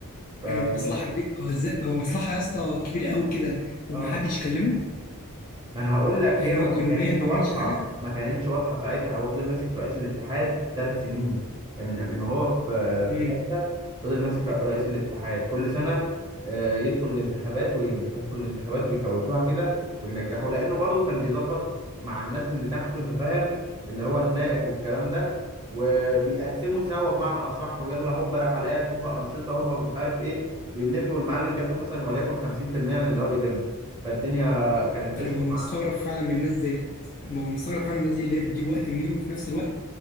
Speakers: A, on the right; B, on the left.
A: فالم...
B: آه، مصلحه كبيره هو ازاي هو مصلحه يا اسطى كبيره قوي كده ومحدش
A: اه
B: كلمه
A: ما انا هقول لك
B: يعني
A: هي
B: هو قانونيا
A: ما كانتش
B: ما
A: واضحه
B: عملش حاجه
A: ما كانتش واضحه ساعتها هو فضل ماسك رئيس الاتحاد ثلاث سنين يعني من من وهو في
B: امم
A: في ثالثه فضل ماسك رئ- رئيس الاتحاد كل سنه آه، يدخل الانتخابات وينجح يدخل الانتخابات ويكوشوها كده وينجحوا لانه برضو كان بيظبط مع الناس اللي تحته انت فاهم اللي هو النائب والكلام ده وبيقسموا سوا بمعنى اصح ويلا هوبا رحلات هوبا انشطه هوبا مش عارف ايه ويلم والمعلم بياخد مثلا وليكن 50% من اللي هو بيلمه فالدنيا كانت
B: انا
A: قشطه
B: ببقى مستغرب فعلا من الناس ديت ببقى مستغرب فعلا الناس دي اللي هي بتجيب وقت منين وفي نفس الوقت